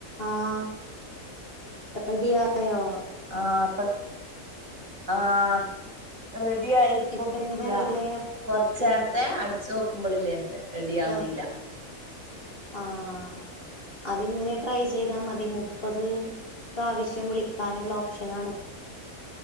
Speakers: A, on the left; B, on the right.
A: ആഹ് റെഡിയായോ
B: ആഹ് അപ്പോ ആഹ് റെഡി ആയി ഇപ്പോ
A: ഇപ്പ
B: പുത്തൂരാ
A: എങ്ങനെ റെഡിയായ
B: കൊറച്ച്
A: എങ്ങ
B: നേരത്തെ അടൂ ച്ചു നോക്കുമ്പോളില്ലേ റെഡി ആവണില്ല
A: ആഹ് ആഹ് അതിങ്ങനെ ട്രൈ ചെയ്താൽ മതി മുപ്പത് പ്രാവശ്യം വിളിക്കാനുള്ള ഓപ്ഷനാണ്